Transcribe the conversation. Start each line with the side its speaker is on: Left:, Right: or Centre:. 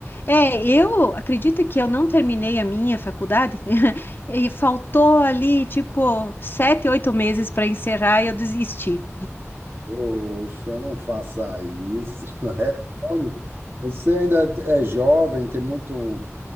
Left: É, eu acredito que eu não terminei a minha faculdade <laughs> e faltou ali, tipo, sete, oito meses para encerrar e eu desisti.
Right: Poxa, não faça isso. <laughs> Retome. Você ainda é jovem, tem muito,